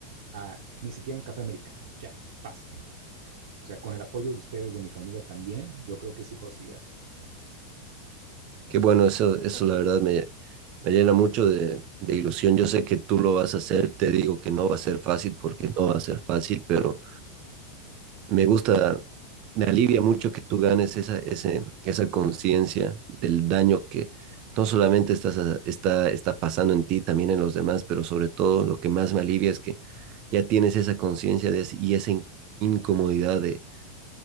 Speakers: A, on the right; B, on the right.
A: a ni siquiera un café americano, ya, basta. O sea, con el apoyo de ustedes, de mi familia también, yo creo que sí puedo seguir adelante.
B: Qué bueno, eso, eso la verdad me, me llena mucho de, de ilusión. Yo sé que tú lo vas a hacer, te digo que no va a ser fácil porque no va a ser fácil, pero me gusta, me alivia mucho que tú ganes esa, ese, esa conciencia del daño que no solamente estás, a- está, está pasando en ti, también en los demás, pero sobre todo lo que más me alivia es que ya tienes esa conciencia de es- y esa in- incomodidad de,